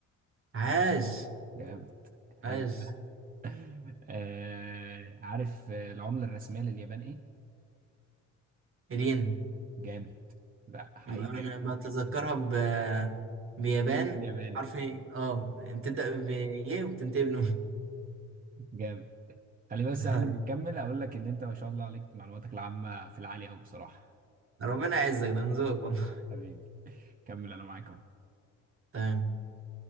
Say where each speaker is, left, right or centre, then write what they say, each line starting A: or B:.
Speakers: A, on the right (about 45°); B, on the right (about 30°).
A: عاش
B: جامد حلو
A: عاش
B: ده <laughs> آه عارف آه، العملة الرسمية لليابان ايه؟
A: الين
B: جامد لا حقيقي
A: انا
B: جامد
A: بتذكرها ب بيابان
B: ين الياباني
A: حرف ايه اه بتبدأ ب ايه وبتنتهي بنون
B: جامد خلي بس
A: <laughs>
B: قبل ما نكمل اقول لك ان انت ما شاء الله عليك معلوماتك العامة في العالي قوي بصراحة
A: ربنا يعزك ده من ذوقك والله
B: حبيبي كمل انا معاك اهو
A: تمام